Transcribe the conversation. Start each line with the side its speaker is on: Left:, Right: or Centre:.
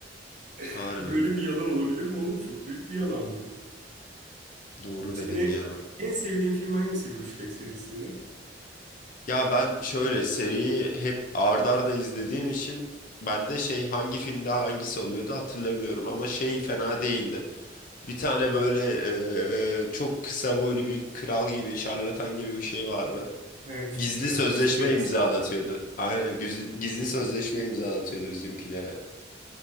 Right: <laughs>
Left: Harbi.
Right: Böyle bir yalan olabilir mi oğlum? Çok büyük bir yalan bu.
Left: Doğru
Right: Senin
Left: dedin
Right: en
Left: ya.
Right: en sevdiğin film hangisiydi bu Shrek serisinde?
Left: Ya ben şöyle seriyi hep ard arda izlediğim için ben de şey hangi filmde hangisi oluyordu hatırlamıyorum ama şey fena değildi. Bir tane böyle eee, çok kısa boylu bir kral gibi şarlatan gibi bir şey vardı.
Right: Ha, Küçük
Left: Gizli
Right: Kral,
Left: sözleşme
Right: Küçük Prens.
Left: imzalatıyordu. Aynen güz- gizli sözleşme imzalatıyordu bizimkilere.